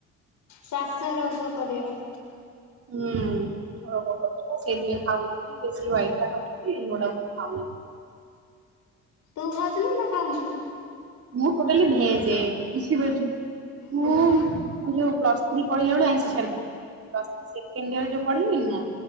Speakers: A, on the left; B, on the right.
A: ଶ୍ୱାସ ରୋଗ କରେଇବ।
B: ହୁଁ <unintelligible> ସେଇଥିପାଇଁ ଖାଉନି କି ବେଶୀ ହ୍ୱାଇଟ୍ ଟା ଖାଉଚନ୍ତି ୟେଲୋ ଟା ଖାଉନାହାନ୍ତି।
A: ତୁ ଖାଉୁଚୁ ନା ନା ଖାଉନୁ?
B: ମୁଁ ଟୋଟଲି ଭେଯେ <unintelligible> ମୁଁ
A: ହଁ
B: ମୁଁ ଯୋଉ ପ୍ଲ ଥ୍ରୀ ପଢିଲାବେଳୁ ଆଇଁଷ ଛାଡି ଦେଲି ପ୍ଲସ ଥ୍ରୀ ସେସେଣ୍ଡ ଇୟର ଯୋଉ ପଢେଇିଲି ନା